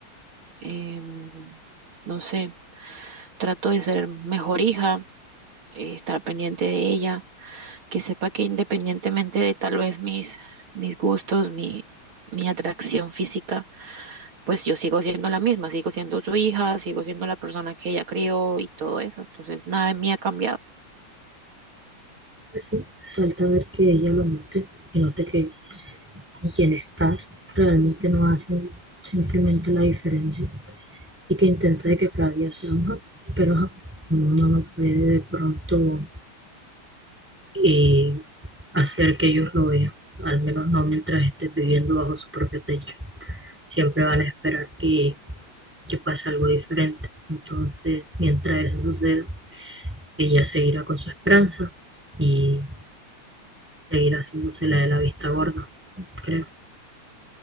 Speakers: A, on the right; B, in the centre.
A: em, no sé, trato de ser mejor hija, eh, estar pendiente de ella que sepa que independientemente de tal vez mis, mis gustos, mi, mi atracción física, pues yo sigo siendo la misma, sigo siendo su hija, sigo siendo la persona que ella crió y todo eso. Entonces, nada de mí ha cambiado.
B: Así, falta ver que ella lo note y note que con quien estás realmente no hace simplemente la diferencia y que intente de que cada día sea mejor, pero ajá, uno no puede de pronto eh, hacer que ellos lo vean, al menos no mientras estés viviendo bajo su propio techo. Siempre van a esperar que, que pase algo diferente. Entonces, mientras eso suceda, ella seguirá con su esperanza y seguirá haciéndose la de la vista gorda, creo.